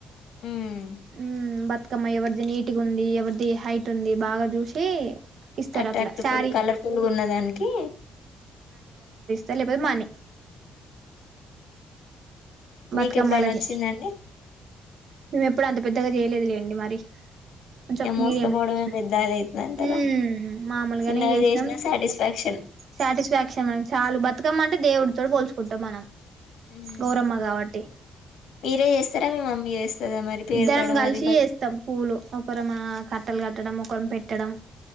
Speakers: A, on the left; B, on the right.
A: ఉమ్
B: ఉ బతు కమ్మ ఎవరిది నీట్గ ఉంది ఎవరిది హైట్ ఉంది బాగా చూసి ఇస్తారు
A: అట్రాక్ట్
B: అట్లా శారీ
A: ఫుల్ కలర్ఫుల్ గ ఉన్న దానికి
B: చలిపోది మని <unintelligible> బతుకమ్మలకి
A: మీకెప్పుడైనా వచ్చిందండి
B: మేము ఎప్పుడు అంత పెద్దగా చేయలేదు లేండి మరి కొంచం
A: ఇగ మోసుకపోవడమే
B: మీడియం గ చేసినా.
A: పెద్ద అది అయితది అంటారా
B: ఊ మామూలుగానే
A: చిన్నగా
B: చేసినం
A: చేసినా సాటిస్ఫాక్షన్
B: సాటిస్ఫాక్షన్ చాలు బతుకమ్మ అంటే దేవుడుతోటి పోల్చుకుంటాం మనం
A: ఉమ్
B: గౌరమ్మ కాబట్టి
A: మీరే చేస్తారా మీ మమ్మీ చేస్తదా మరి పేరు
B: ఇద్దరం
A: పడడం
B: కలిసి
A: అది బత్
B: చేస్తం పూలు ఒకరు మా కట్టలు కట్టడం ఒక రం పెట్టడం